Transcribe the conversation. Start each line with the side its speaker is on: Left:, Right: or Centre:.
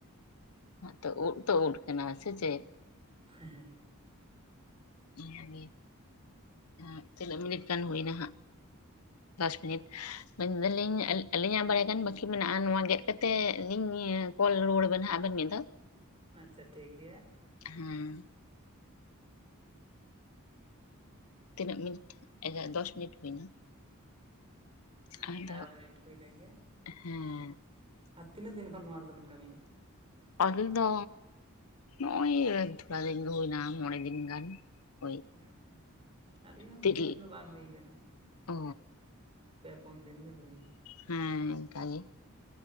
Left: ᱛᱚ ᱩᱫᱽ ᱛᱚ ᱩᱫᱽ ᱠᱟᱱᱟ ᱥᱮ ᱪᱮᱫ?
Right: ᱦᱮᱸ ᱦᱮᱸ
Left: ᱚᱱᱟᱜᱮ ᱮᱜ ᱛᱤᱱᱟᱹᱜ ᱢᱤᱱᱤᱴ ᱜᱟᱱ ᱦᱩᱭᱱᱟ ᱦᱟᱸᱜ?
Right: <inaudible>
Left: ᱫᱚᱥ ᱢᱤᱱᱤᱴ ᱢᱮᱱ ᱫᱟᱹᱞᱤᱧ ᱟᱹᱞ ᱟᱹᱞᱤᱧᱟᱜ ᱵᱟᱲᱭᱟ ᱜᱟᱱ ᱵᱟᱹᱠᱤ ᱢᱮᱱᱟᱜ-ᱟ ᱱᱚᱣᱟ ᱜᱮᱫ ᱠᱟᱛᱮᱜ ᱞᱤᱧ ᱠᱚᱞ ᱨᱩᱣᱟᱹᱲ ᱵᱮᱱ ᱦᱟᱸᱜ ᱟᱵᱮᱱ ᱢᱤᱫ ᱫᱷᱟᱣ᱾
Right: ᱟᱪᱪᱷᱟ ᱴᱷᱤᱠ ᱜᱮᱭᱟ᱾
Left: ᱦᱮᱸ ᱛᱤᱱᱟᱹᱜ ᱢᱤᱱᱤᱴ ᱮᱜ ᱫᱚᱥ ᱢᱤᱱᱤᱴ ᱦᱩᱭᱱᱟ?
Right: ᱦᱮᱸ
Left: ᱟᱫᱚ
Right: ᱮᱜᱟᱨᱚ ᱢᱤᱱᱤᱴ ᱦᱩᱭ ᱞᱮᱱ ᱜᱮ᱾
Left: ᱦᱮᱸ
Right: ᱟᱨ ᱛᱤᱱᱟᱹᱜ ᱫᱤᱱ ᱠᱷᱚᱱ ᱱᱚᱣᱟ ᱨᱮᱫᱚ ᱵᱮᱱ ᱠᱟᱹᱢᱤᱭᱮᱜ-ᱟ?
Left: ᱟᱹᱞᱤᱧ ᱫᱚ ᱱᱚᱜ-ᱚᱭ ᱛᱷᱚᱲᱟ ᱫᱤᱱ ᱜᱮ ᱦᱩᱭᱱᱟ ᱢᱚᱬᱮ ᱫᱤᱱ ᱜᱟᱱ᱾ ᱳᱭ
Right: ᱦᱩᱸ ᱟᱹᱞᱤᱧᱟᱜ ᱦᱚᱸ
Left: ᱛᱤᱨᱞ
Right: ᱵᱤᱥᱤ ᱫᱤᱱ ᱫᱚ ᱵᱟᱝ ᱦᱩᱭ ᱠᱟᱱᱟ᱾
Left: ᱚ
Right: ᱯᱮ ᱯᱩᱱ ᱫᱤᱱ ᱜᱮ ᱦᱩᱭ ᱱᱟ᱾
Left: ᱦᱮᱸ ᱮᱝᱠᱟ ᱜᱮ᱾